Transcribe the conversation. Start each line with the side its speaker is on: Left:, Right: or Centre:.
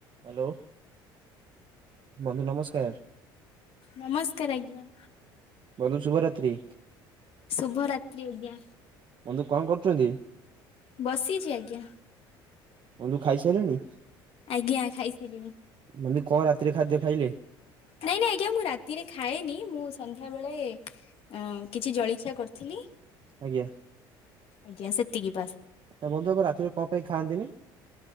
Right: Hello, ବନ୍ଧୁ ନମସ୍କାର।
Left: ନମସ୍କାର ଆଜ୍ଞା।
Right: ବନ୍ଧୁ ଶୁଭରାତି।
Left: ଶୁଭ ରାତ୍ରି ଆଜ୍ଞା।
Right: ବନ୍ଧୁ କଣ କରୁଛନ୍ତି?
Left: ବସିଛି ଆଜ୍ଞା।
Right: ବନ୍ଧୁ ଖାଇସାରିଲେଣି?
Left: ଆଜ୍ଞା ଖାଇସାରିଲିଣି।
Right: ମାନେ କଣ ରାତିରେ ଖାଦ୍ୟ ଖାଇଲେ?
Left: ନାଇଁ ନାଇଁ ଆଜ୍ଞା ମୁଁ ରାତିରେ ଖାଏନି ମୁଁ ସନ୍ଧ୍ୟାବେଳେ ଅ କିଛି ଜଳିଖିଆ କରିଥିଲି।
Right: ଆଜ୍ଞା।
Left: ଆଜ୍ଞା ସେତିକି ବାସ୍।
Right: ତ ବନ୍ଧୁ <unintelligible> ରାତିରେ କଣ ପାଇଁ ଖଆନ୍ତିନି?